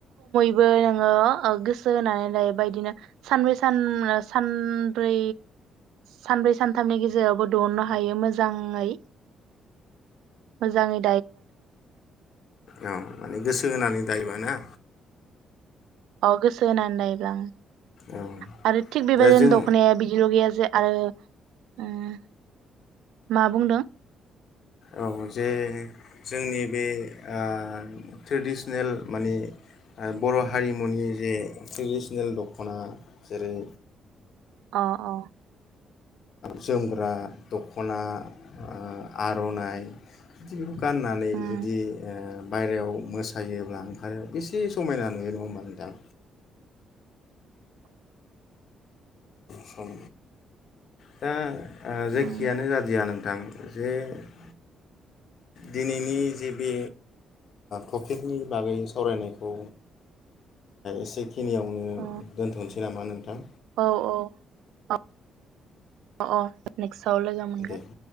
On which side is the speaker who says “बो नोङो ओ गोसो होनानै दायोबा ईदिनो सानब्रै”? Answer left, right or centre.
Right